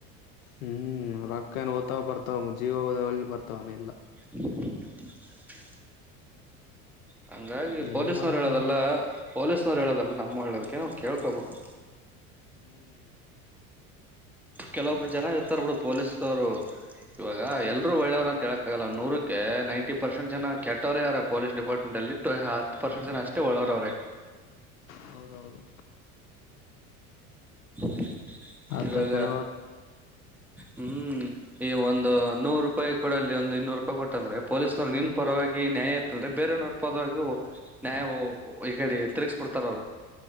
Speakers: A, on the left; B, in the centre.
A: ಹ್ಮ್ ರೊಕ್ಕ ಓದ್ತವ್ ಬರ್ತವ್ ಜೀವ ಬರ್ತವನ ನಿಲ್ಲಾ
B: <inaudible> ಹಂಗಾಗಿ ಪೊಲೀಸ್ನವ್ರು
A: ಏನ್ ಮಾಡಕ್ಕಲ್ಲ
B: ಹೇಳೋದೆಲ್ಲ ಪೊಲೀಸ್ನವ್ರು ಹೇಳೋದಲ್ಲ ನಮ್ ಒಳೆದಕ್ಕೆ ನಾವು ಕೇಳ್ಕೊಬೇಕು
A: ಹ್ಮ್
B: ಕೆಲ್ವೊಬ್ರು ಜನ ಇರ್ತರೆ ಬಿಡು ಪೊಲೀಸ್ದೋರು ಇವಾಗ ಎಲ್ರು ಒಳ್ಳೆವ್ರಲ್ಲ ಅಂತ್ ಹೇಳಕಾಗಲ್ಲ ನೂರಕ್ಕೆ ನೈನ್ಟಿ ಪರ್ಸೆಂಟ್ ಜನ ಕೆಟ್ಟವ್ರೆ ಅರಾ ಪೊಲೀಸ್ ಡಿಪಾರ್ಟ್ಮೆಂಟ್ ಅಲ್ಲಿ ಬಿಟ್ರೆ ಹಾತ್ ಪರ್ಸೆಂಟ್ ಅಷ್ಟೇ ಒಳ್ಳೆವ್ರ್ ಅವ್ರೇ
A: ಹೌದೌದು
B: <inaudible>
A: ಆತಲ್
B: ಇವಾಗ
A: ಜನ
B: ಹ್ಮ್ ಈ ಒಂದು ನೂರು ರೂಪಾಯಿ ಕೊೂಡ ಅಲ್ಲಿ ಒಂದು ಇನ್ನೂರು ರೂಪಾಯಿ ಕೊಟ್ಟಂದ್ರೆ ಪೊಲೀಸ್ನವರು ನಿನ್ ಪರವಾಗಿ ನ್ಯಾಯ ಇತ್ತಂದ್ರೆ ಬೇರನವ್ರ ಪರವಾಗಿ ನ್ಯಾಯ ಈ ಕಡೆ ತಿರುಗಸ್ಬಿಡ್ತಾರ ಅವ್ರು